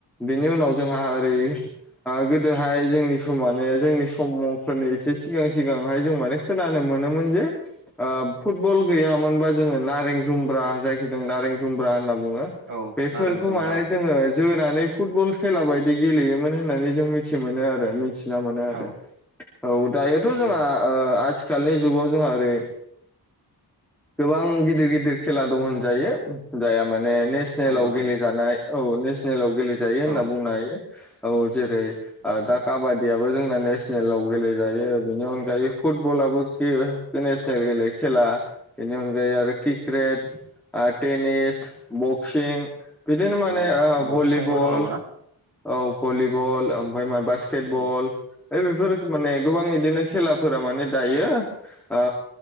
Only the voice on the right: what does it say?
औ
नारें जुम्ब्रा
औ
उम
दङ दङ
औ
उम
टेनिस
बक्सिंबो दं नामा ना
उम